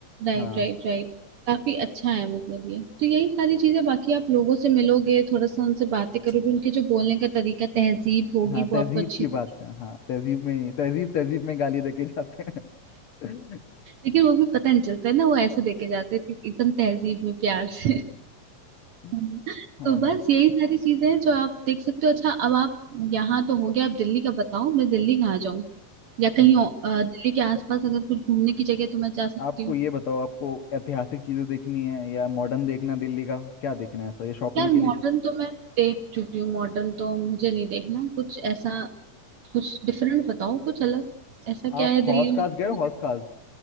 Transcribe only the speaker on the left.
हाँ
हाँ तहजीब
की
बात का हाँ तहजीब में तहजीब तहजीब में गाली देके जाते हैं
<laughs>
हाँ
जी
हम्म,
आपको
ये बताओ आपको ऐतिहासिक चीजें देखनी है या मॉडर्न देखना है दिल्ली का क्या देखना है ऐसा ये शॉपिंग
के
लिए चीज़-
आप
हौस खास
गए हो हौस खास